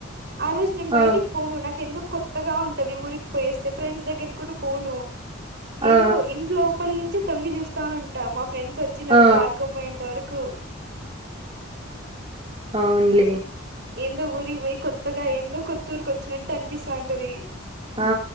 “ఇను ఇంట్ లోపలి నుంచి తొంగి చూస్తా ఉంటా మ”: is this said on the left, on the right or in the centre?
Right